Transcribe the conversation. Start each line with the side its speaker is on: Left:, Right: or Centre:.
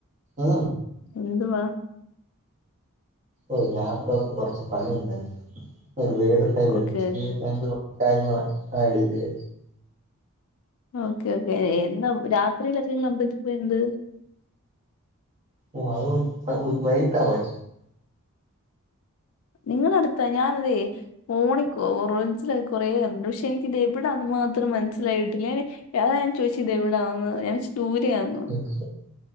Right: ആ
Left: എന്തുവാ
Right: ഓ ലാപ്ടോപ്പി കൊറച്ച് പണിയുണ്ടാരുന്നെ ഒരു വീട് പണിലബിച്അയ്നു
Left: ഓക്കെ
Right: കാര്യങ്ങള് <unintelligible>
Left: ഓക്കെ, ഓക്കെ എന്താ രാത്രിയിലൊക്കെ നിങ്ങൾ അമ്പലത്തിപോയിനത്.
Right: വൗ വാ വയിട്ടാപോയെ
Left: നിങ്ങടെ അടുത്താ ഞാനതെ ഓണിക് റൻസിലകൊറെണ്ട് പക്ഷെ എനിക്ക്തെവിടേന്ന് മാത്രം മനസ്സിലായിട്ടില്ലെ. അതാ ഞാ ചോദിച്ചെ ഇത് എവിടാന്ന് ഞാന്ച്ച്ദൂരയാന്ന്.
Right: <unintelligible>